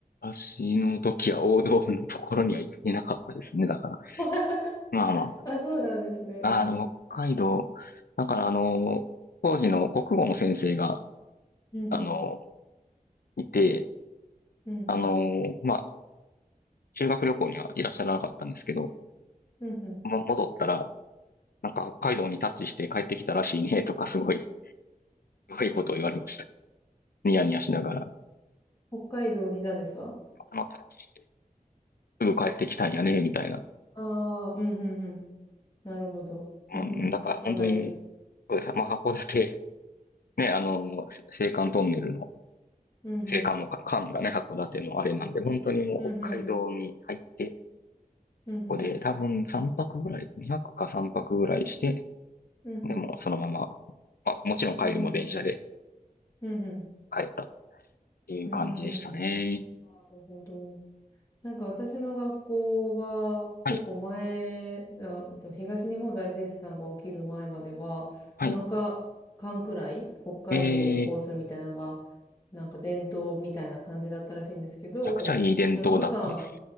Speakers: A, on the left; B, on the left.
A: 私の時は王道のところには行ってなかったですね。だから。
B: <laughs>
A: まあま
B: あ、そうなんですね。
A: あ。
B: うん。
A: ああ、でも北海道。だからあの、当時の国語の先生が、
B: うんうん。
A: あの、いて、
B: うんうん。
A: あの、まあ、修学旅行にはいらっしゃらなかったんですけど、
B: うんうん。
A: も、戻ったら、なんか北海道にタッチして帰ってきたらしいね、とかすごい、すごいことを言われました。ニヤニヤしながら、
B: 北海道に何ですか
A: あの、タッチして、すぐ帰ってきたんやね、みたいな。
B: ああー、うんうんうん。なるほど。
A: うん、
B: <laughs>
A: だから本当に、
B: あんまり。
A: そうです。まあ、函館、ね、あの、青函トンネルの、
B: うんうん。
A: 青函の間がね、函館のあれなんで、
B: うんうん。
A: 本当にもう北海道に入って、
B: うんうんうん。うんうん。
A: ここで多分3泊ぐらい、2泊か3泊ぐらいして、
B: うんうん。
A: でもうそのまま、まあ、もちろん帰りも電車で
B: うんうん。
A: 帰ったっていう感じでしたね。
B: うん。なるほど。なんか私の学校は結構前、
A: はい、
B: あえっと、東日本大震災が起きる前までは7日間くらい北海道を旅行するみたいなのが
A: はい。えー、め
B: なんか伝統みたいな感じだったらしいんですけど、
A: ちゃくちゃいい伝統だったんです。
B: 7日間、